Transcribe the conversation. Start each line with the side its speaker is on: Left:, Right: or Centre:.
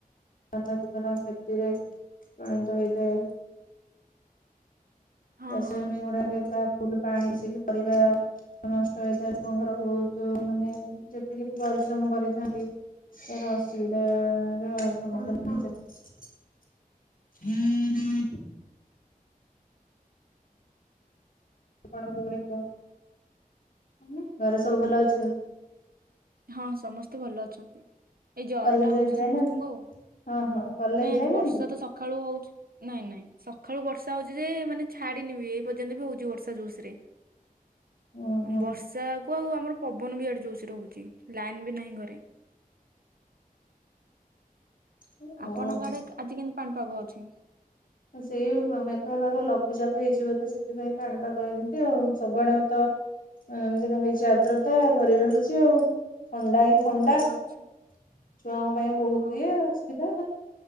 Left: ଜନ ଜୀବନ କ୍ଷତିରେ ପ୍ରଣିତ ହେଇଥାଏ।
Right: ହଁ
Left: ଚାଷଜମି
Right: ହଁ।
Left: ଗୁଡାକ ପୁରା ଫୁଲ ପାଣି ଆସିକି ପରିବା ନଷ୍ଟ ହେଇଥାଏ, ଲୋକଙ୍କର ଙ ବହୁତ ମାନେ ଯେତିକି ବି ପରିଶ୍ରମ କରି ନାହାଁନ୍ତି ସେ ଅସ୍ ଅସୁବିଧା ର ସମ୍ମୁଖୀନ ହେଇସାରି ଘରେ ସବୁ ଭଲ ଅଛନ୍ତ?
Right: ହଁ ସମସ୍ତେ ଭଲ ଅଛନ୍ତି। ଏଇ ଜର
Left: କଲେଜ
Right: ଟା ହଉଚି
Left: ଯାଇନାହାନ୍ତି
Right: ସମସ୍ତଙ୍କୁ ଆଉ
Left: ହଁ ହଁ କଲେଜ
Right: ନାଇଁ
Left: ଯାଇନାହାନ୍ତି?
Right: ଆଜି ବର୍ଷା ତ ସକାଳୁ ହଉଚି। ନାଇଁ ନାଇଁ ସକାଳୁ ବର୍ଷା ହଉଚି ଯେ ମାନେ ଛାଡିନି ବି ଏଇ ପର୍ଯ୍ୟନ୍ତ ବି ହଉଚି ବର୍ଷା ଜୋସରେ।
Left: ଓହୋ।
Right: ଅଁ ବର୍ଷା କୁ ଆଉ ଆମର ପବନ ବି ଆଡେ ଜୋସ୍ ରେ ହଉଚି ଲାଇନ ବି ନାହିଁ ଘରେ।
Left: ଓହୋ
Right: ଆପଣଙ୍କ ଆଡେ ଆଜି କେମିତି ପାଣିପାଗ ଅଛି?
Left: ହଁ ସେଇ ପ ମେଘୁଆପାଗ ଲଘୁଚାପ ହେଇଚି ବୋଧେ ସେଥିପାଇଁ ପାଣିପାଗ ଏମିତି ଆଉ। ସବୁଆଡେ ତ ଏଁ ଏମିତି ରହିଚି ଆର୍ଦ୍ରତା ଭରି ରହିଚି ଆଉ। ଥଣ୍ଡା କିନ୍ ଥଣ୍ଡା
Right: ଓହୋ
Left: ଛୁଆଙ୍କ
Right: ଆଚ୍ଛା
Left: ପାଇଁ ବହୁତ
Right: ଓହୋ।
Left: ଇଏ ଅସୁବିଧା।